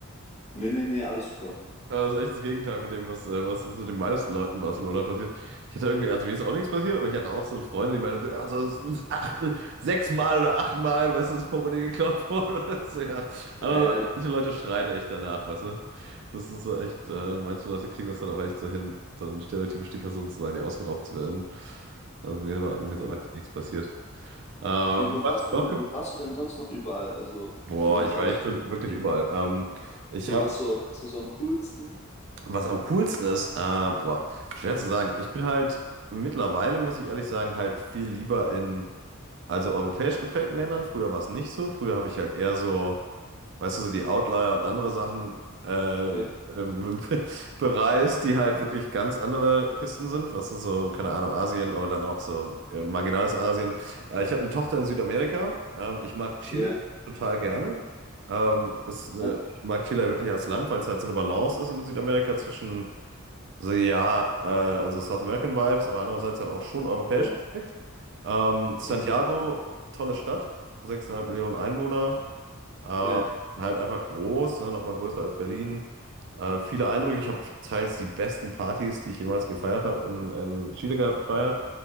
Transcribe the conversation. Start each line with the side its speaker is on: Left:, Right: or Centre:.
Left: Nee, nee, nee, alles super.
Right: Das ist echt das Gegenteil von dem, was, äh, was zu den meisten Leuten in Barcelona passiert. Ich hatte irgendwie, also mir ist auch nichts passiert, aber ich hatte auch so eine Freundin, die meinte, ja, so s- s- acht, sechsmal oder achtmal, weißt du, das Portemonnaie geklaut worden. <laughs> Weißt ja.
Left: Ja,
Right: Andererseits,
Left: ja,
Right: manche Leute schreien echt danach, weißt du. Das ist so echt, äh, manche Leute kriegen das dann auch echt so hin, dann stereotypisch die Person zu sein, die ausgeraubt werden. Also mir war, mir ist
Left: ja.
Right: auch echt nichts passiert. Ähm,
Left: ja wo
Right: was
Left: warst
Right: noch
Left: du denn,
Right: ge-
Left: wo warst du denn sonst noch überall? Also,
Right: Boah,
Left: wenn du
Right: ich
Left: sagst,
Right: war echt schon wirklich überall. Ähm, ich
Left: okay,
Right: habe
Left: was so, was war so am coolsten?
Right: Was am coolsten ist, äh, boah, schwer zu sagen. Ich bin halt mittlerweile, muss ich ehrlich sagen, halt viel lieber in, also europäisch geprägten Ländern. Früher war es nicht so. Früher habe ich halt eher so, weißt du, so die Outlier und andere Sachen äh,
Left: Ja,
Right: ähm, <laughs> bereist, die halt wirklich ganz andere Kisten sind. Was ist so, keine Ahnung, Asien, aber dann auch so äh, marginales Asien. Äh, ich habe eine Tochter in Südamerika. Ähm, ich mag Chile
Left: ja,
Right: total gerne. Ähm, es, äh,
Left: ja,
Right: ich mag Chile wirklich als Land, weil es halt so eine Balance ist in Südamerika zwischen so, ja, äh, also South American Vibes, aber andererseits halt auch schon europäisch
Left: ja,
Right: geprägt. Ähm, Santiago,
Left: okay.
Right: tolle Stadt, sechseinhalb Millionen Einwohner, ähm,
Left: Ja,
Right: halt einfach groß, ne, nochmal größer als Berlin. Äh, viele Eindrücke, ich habe teils die besten Partys, die ich jemals gefeiert habe, in, in Chile gefeiert.